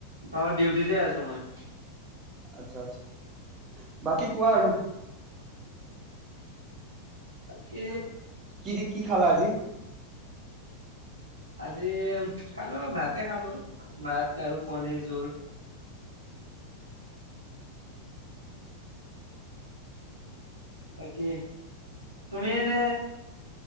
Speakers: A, on the right (about 80°); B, on the right (about 30°).
A: অ' ডিউটিতে আছো মই।
B: আচ্ছা -আচ্ছা বাকী কোৱা আৰু?
A: বাকী।
B: কি দি কি খালা আজি?
A: আজি খালো, ভাতে খালো ভাত আৰু কণী জুল বাকী তুমি এনে